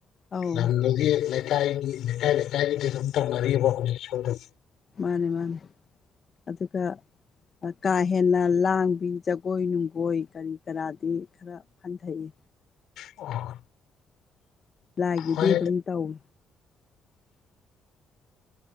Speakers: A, on the left; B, on the left.
A: ꯑꯧ
B: ꯂꯝꯗꯨꯒꯤ ꯂꯩꯀꯥꯏꯒꯤ ꯂꯩꯀꯥꯏ ꯂꯩꯀꯥꯏꯒꯤꯗꯤ ꯑꯗꯨꯝ ꯇꯧꯅꯔꯤꯕ ꯍꯧꯖꯤꯛꯁꯨ ꯑꯗꯨꯝ
A: ꯃꯥꯅꯦ ꯃꯥꯅꯦ ꯑꯗꯨꯒ ꯀꯥ ꯍꯦꯟꯅ ꯂꯥꯡꯕꯤ ꯖꯒꯣꯏ ꯅꯨꯡꯒꯣꯏ ꯀꯔꯤ ꯀꯔꯥꯗꯤ ꯈꯔ ꯍꯟꯊꯩꯌꯦ
B: ꯑꯣ
A: ꯂꯥꯏꯒꯤꯗꯤ
B: ꯍꯣꯏ
A: ꯑꯗꯨꯝ ꯇꯧꯏ